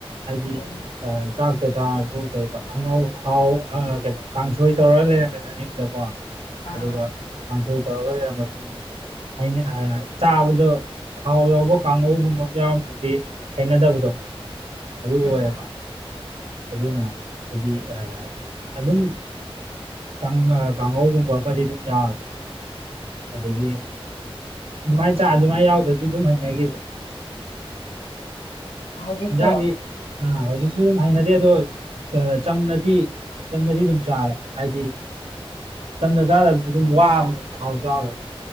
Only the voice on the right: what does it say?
ꯍꯥꯏꯗꯤ
ꯑ ꯆꯥꯛꯇ ꯆꯥꯔꯖꯨ ꯀꯩꯑꯕ ꯑꯉꯧ ꯊꯥꯎ ꯑ ꯀꯩꯅꯣ ꯀꯥꯡꯁꯣꯏ ꯇꯧꯔꯒ ꯂꯩꯔꯝꯃꯦꯗꯅ ꯑꯌꯨꯛꯇꯀꯣ
ꯑꯗꯨꯒ ꯀꯥꯡꯁꯣꯏ ꯇꯧꯔꯒ ꯂꯩꯔꯝꯃꯁꯨ ꯑꯃꯨꯛ ꯍꯥꯏꯅꯛ ꯑ ꯆꯥꯕꯗꯣ ꯊꯥꯎ ꯌꯥꯎꯕ ꯀꯥꯡꯉꯧꯒꯨꯝꯕ ꯑꯃ ꯌꯥꯎꯔꯝꯗ꯭ꯔꯗꯤ ꯍꯩꯅꯗꯕꯗꯣ ꯑꯗꯨ ꯑꯣꯏꯌꯦꯕ
ꯑꯗꯨꯅ ꯍꯥꯏꯗꯤ ꯑꯥ ꯑꯗꯨꯝ ꯀꯪ ꯑ ꯀꯥꯡꯍꯧꯒꯨꯝꯕ ꯑꯃꯗꯤ ꯑꯗꯨꯝ ꯌꯥꯎꯔꯦ ꯑꯗꯒꯤ ꯑꯗꯨꯃꯥꯏ ꯆꯥ ꯑꯗꯨꯃꯥꯏ ꯌꯥꯎꯗ꯭ꯔꯗꯤ ꯑꯗꯨꯝ ꯍꯩꯅꯒꯤꯗ꯭ꯔꯦ
ꯍꯤꯟꯖꯥꯡꯗꯤ ꯑꯥ ꯍꯧꯖꯤꯛꯁꯨ ꯑꯗꯨꯝ ꯍꯩꯅꯗꯦ ꯑꯗꯣ ꯑ ꯆꯝꯅꯗꯤ ꯆꯝꯅꯗꯤ ꯑꯗꯨꯝ ꯆꯥꯔꯦ ꯍꯥꯏꯗꯤ ꯆꯝꯅ ꯆꯥꯗꯕꯗꯤ ꯑꯗꯨꯝ ꯋꯥꯕꯗ ꯊꯥꯎ ꯆꯥꯎꯔꯨꯔꯒ